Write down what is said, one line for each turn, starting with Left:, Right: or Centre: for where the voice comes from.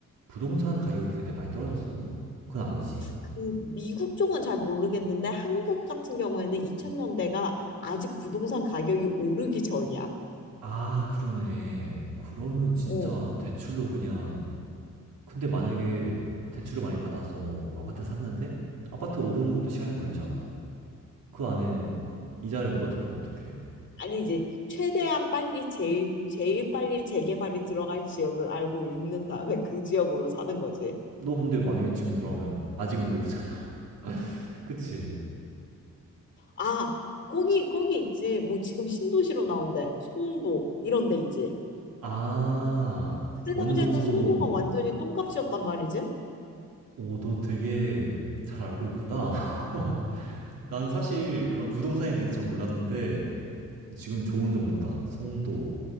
Right: 부동산 가격이 그때 많이 떨어졌었나? 그건 아니지.
Left: 그 미국 쪽은 잘 모르겠는데 한국 같은 경우에는 2000년대가 아직 부동산 가격이 오르기 전이야.
Right: 아, 그러네. 그러면 진짜
Left: 어.
Right: 대출로 그냥, 근데 만약에 대출을 많이 받아서 아파트 샀는데, 아파트 오르는 것도 시간이 걸리잖아. 그 안에 이자를 못 갚으면 어떡해.
Left: 아니 이제 최대한 빨리 제일 제일 빨리 재개발이 들어갈 지역을 알고 있는 다음에 그 지역으로 사는 거지.
Right: 너 근데 만약에 지금 돌아가면 아직은 모르잖아. <laughs> 그치?
Left: 아, 거기 거기 있지. 뭐 지금 신도시로 나온대. 송도 이런 데 있지.
Right: 아,
Left: 그때
Right: 어느
Left: 당시에는
Right: 정도,
Left: 송도가 완전히 똥값이었단 말이지.
Right: 오, 너 되게 잘 알고 있구나. <laughs> 난 사실 그런 부동산에 대해서 잘 몰랐는데, 지금 좋은 정보다. 송도.